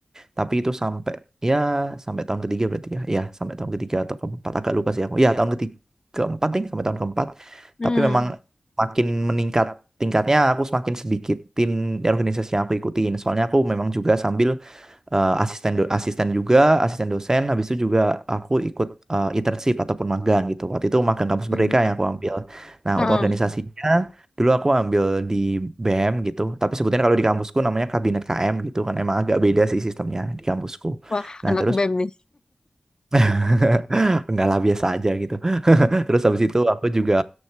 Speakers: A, on the right; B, on the left.
A: tapi itu sampai ya sampai tahun ketiga berarti ya, ya sampai tahun ketiga atau keempat agak lupa sih aku. Ya tahun ketiga keempat nih sampai tahun keempat,
B: Hmm.
A: tapi memang makin meningkat tingkatnya aku semakin sedikitin organisasi yang aku ikutin. Soalnya aku memang juga sambil eh, asisten do- asisten juga, asisten dosen, habis itu juga aku ikut eh, internship ataupun magang gitu. Waktu itu magang kampus
B: Hmm.
A: mereka yang aku ambil. Nah,
B: Heeh.
A: untuk organisasinya dulu aku ambil di BM gitu tapi sebetulnya kalau di kampusku namanya kabinet KM gitu kan emang agak beda sih sistemnya di kampusku
B: Wah,
A: nah
B: anak
A: terus
B: BEM nih.
A: <laughs> Enggak lah biasa aja gitu. <laughs> Terus habis itu aku juga